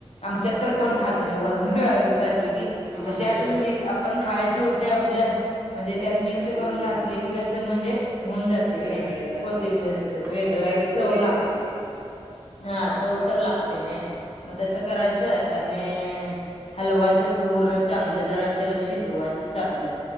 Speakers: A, on the left (about 70°); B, on the right (about 20°).
A: आमच्यात
B: बरोबर
A: तर कोण
B: आहे
A: खात
B: की.
A: नाही वरण घातले की
B: हां, हां.
A: मग त्यातच मी पण खायच होते आपलं, म्हणजे त्यात मिक्स
B: हां,
A: करून
B: हां.
A: घातले की कस म्हणजे होऊन जाते
B: विरघळली
A: न
B: जाते
A: कोथिंबीरच
B: बरोबर.
A: वेगळं
B: पण टेस्ट
A: चव
B: तर येते
A: लाग
B: त्याची.
A: हा चव
B: होय.
A: तर लागते ना मग तसं करायचं आणि हलवायचं पूर्ण चांगलं जरा त्याला शिजवायचं चांगलं